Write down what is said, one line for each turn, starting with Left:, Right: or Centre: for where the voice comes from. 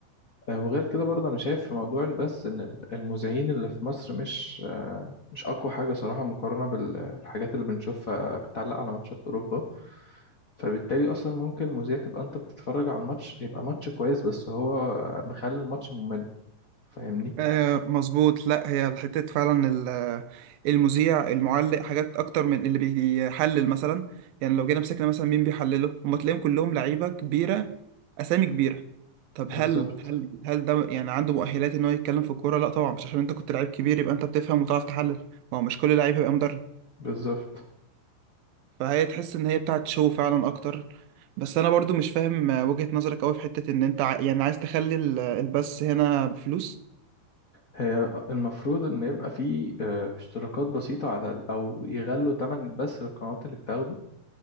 Left: آه، وغير كده برضه أنا شايف في موضوع البث إن ال- المذيعين اللي في مصر مش آه، مش أقوى حاجة صراحة مقارنة بالحاجات اللي بنشوفها بتعلق على ماتشات أوروبا فبالتالي اصلا ممكن المذيع تبقى انت بتتفرج على الماتش يبقى ماتش كويس بس هو مخلي الماتش ممل فاهمني
Right: آه مظبوط لا هي الحتة فعلا ال- المذيع المعلق حاجات اكتر من اللي بيحلل مثلا يعني لو جينا مسكنا مثلا مين بيحلله هم تلاقيهم كلهم لعيبة كبيرة اسامي كبيرة طب
Left: بالظبط
Right: هل هل هل ده يعني عنده مؤهلات ان هو يتكلم في الكورة لا طبعا مش عشان انت كنت لعيب كبير يبقى انت بتفهم وتعرف تحلل ما هو مش كل لعيب هيبقى مدرب
Left: بالظبط
Right: فهي تحس ان هي بتاعت شو فعلا اكتر بس انا برضو مش فاهم آه، وجهة نظرك قوي في حتة ان انت ع- يعني عايز تخلي ال- البث هنا بفلوس
Left: هي المفروض ان يبقى في آه، اشتراكات بسيطة على ال- او يغلوا تمن بس للقنوات اللي بتاخده